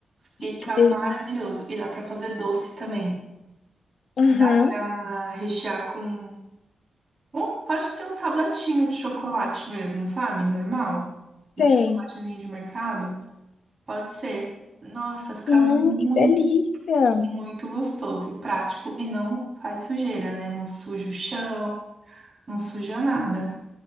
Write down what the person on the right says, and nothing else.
fica
maravilhoso. E dá pra fazer doce também.
Dá pra rechear com Ou pode ser um tabletinho de chocolate mesmo, sabe? Normal. Um
chocolatezinho de mercado. Pode ser. Nossa, fica
muito,
muito gostoso e prático e não faz sujeira, né? Não suja o chão, não suja nada.